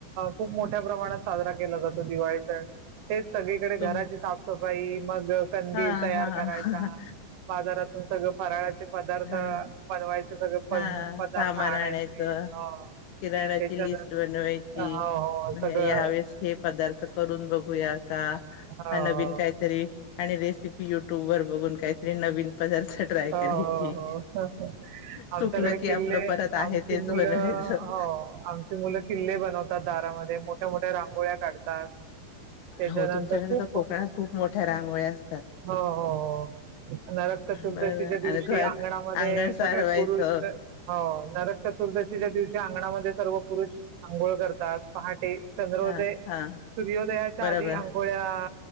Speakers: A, on the right; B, on the left.
A: खूप मोठ्या प्रमाणात साजरा केला जातो दिवाळी सण हेच सगळीकडे घराची
B: तुम
A: साफसफाई मग कंदील
B: हा
A: तयार
B: हा.
A: करायचा बाजारातून सगळं फराळाचे पदार्थ
B: हा
A: बनवायचे सगळे पण
B: हा
A: पद पदार्थ
B: सामान
A: आणायचे
B: आणायचं
A: ह
B: किराणाची
A: त्याच्यान
B: लिस्ट बनवायची.
A: हा हो सगळं
B: यावेेळेस हे पदार्थ करून बघूया का
A: हो.
B: हा नवीन काहीतरी आणि रेसिपी युट्यूब वर बघून काहीतरी नवीन पदार्थ ट्राय
A: हो,
B: करायची
A: हो, हो. आमच्याकडे
B: चुकलं
A: किल्ले
B: की आपलं परत
A: आमची
B: आहे तेच
A: मुलं
B: बनवायचं
A: हो, आमची मुलं किल्ले बनवतात दारामध्ये मोठ्या, मोठ्या रांगोळ्या काढतात ते
B: हो
A: जर
B: तुमच्याकडे
A: अस खूप
B: तर कोकणात खूप मोठ्या रांगोळ्या असतात
A: हो, हो, हो नरक चतुर्दशीच्या
B: बर
A: दिवशी
B: आणि घर
A: अंगणामध्ये
B: अंगण सारवायचं
A: सगळे पुरुष हो नरक चतुर्दशीच्या दिवशी अंगणामध्ये सर्व पुरुष आंघोळ करतात पहाटे चंद्रोदय,
B: हा हा
A: सूर्योदयाच्या
B: बरोबर
A: आधी आंघोळ्या